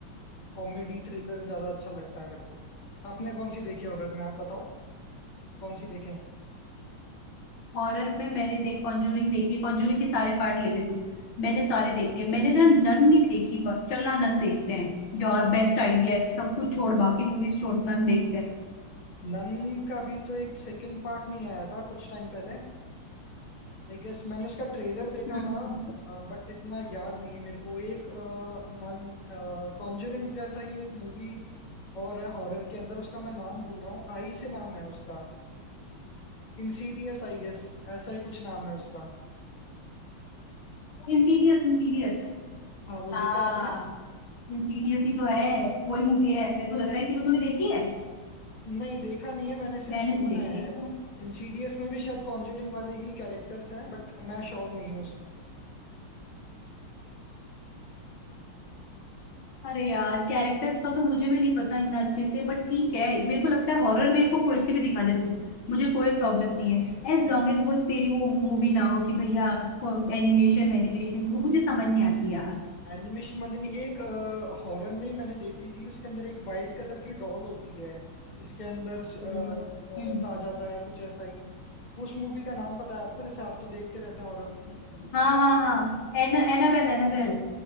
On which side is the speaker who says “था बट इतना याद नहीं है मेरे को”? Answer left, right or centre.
Left